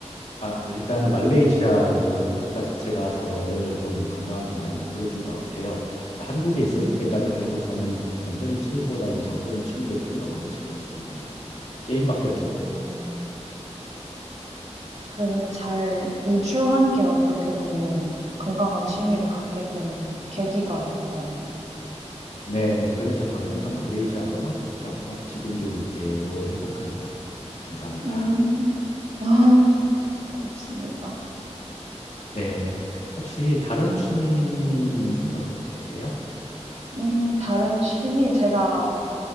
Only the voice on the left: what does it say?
아, 일단은 말레이시아 그 국가 자체가 저를 좀 건강하게 많이 만들어준 것 같아요. 한국에
있었을 때까지만 해도 저는 동적인 취미보다는 정적인 취미를 좀 더 많이 즐겼었는데 게임밖에 할 줄
모르고.
네네. 그래서 당분간 말레이시아 떠나고 싶지 않고 지금도 이대로 행복합니다. 감사합니다.
<laughs> 네. 혹시 다른 취미는 생각하고 계세요?